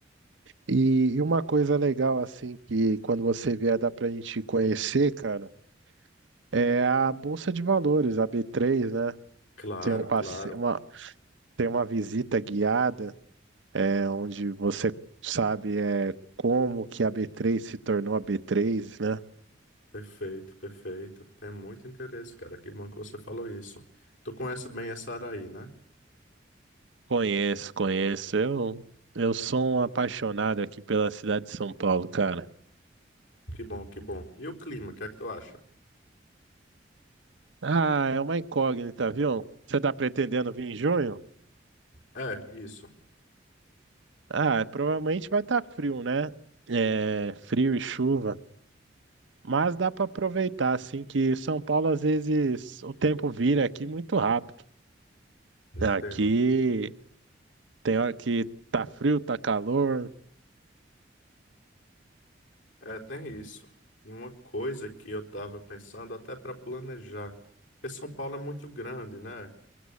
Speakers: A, on the right (about 75°); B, on the left (about 85°).
A: E, e uma coisa legal, assim, que quando você vier dá pra gente conhecer, cara, É a Bolsa de Valores, a B3, né?
B: Claro,
A: Tem um passe...
B: claro.
A: uma... Tem uma visita guiada, é, onde você sabe é, como que a B3 se tornou a B3, né?
B: Perfeito, perfeito. Tem muito interesse, cara. Que bom que você falou isso. Tu conhece bem essa área aí, né?
A: Conheço, conheço. Eu, eu sou um apaixonado aqui pela cidade de São Paulo, cara.
B: Que bom, que bom. E o clima, o que é que tu acha?
A: Ah, é uma incógnita, viu? Você tá pretendendo vir em junho?
B: É, isso.
A: Ah, provavelmente vai estar frio, né? É, frio e chuva. Mas dá para aproveitar, assim, que São Paulo, às vezes, o tempo vira aqui muito rápido.
B: Entendo.
A: Aqui tem hora que tá frio, tá calor.
B: É, tem isso. E uma coisa que eu tava pensando até para planejar, porque São Paulo é muito grande, né?